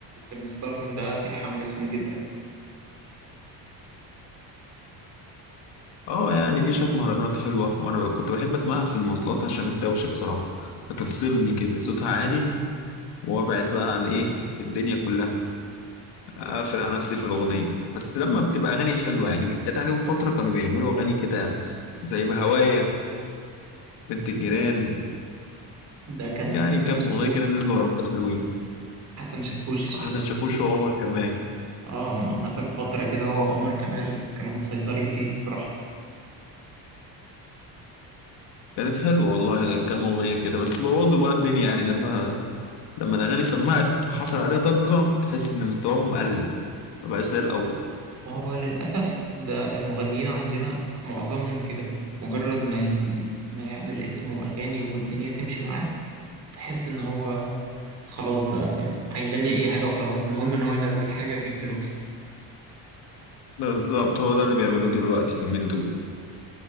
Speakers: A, on the right; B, on the left.
A: بالنسبة لهم ده بيحمسهم جدا
B: اه يعني في شوية مهرجانات حلوة وأنا بقى كنت بحب أسمعها في المواصلات عشان الدوشة بصراحة بتفصلني كده صوتها عالي وأبعد بقى عن إيه الدنيا كلها اقفل على نفسي في الاغنيه بس لما بتبقى اغاني حلوه يعني جت عليهم فتره كانوا بيعملوا اغاني كده زي بهوايا بنت الجيران
A: ده كان
B: يعني
A: هو
B: كام اغنيه
A: شاكوش
B: كده نزلوا ورا بعض حلوين
A: حسن شاكوش
B: حسن شاكوش وعمر كمان
A: اه م- مسك فترة كده هو وعمر كمال كانوا مسيطرين فيها الصراحة
B: كانت حلوه والله كام اغنيه كده بس بوظوا بقى الدنيا يعني لما لما الاغاني سمعت وحصل عليها ضجه تحس ان مستواهم قل ما بقاش زي الاول
A: ما هو للأسف ده المغنيين عندنا معظمهم كده مجرد ما ي... ما يعمل اسمه وأغاني والدنيا تمشي معاه تحس إن هو خلاص بقى فاهم هيغني أي حاجة وخلاص المهم إن هو ينزل حاجة تجيب فلوس
B: بالظبط هو ده اللي بيعملوه دلوقتي اليومين دول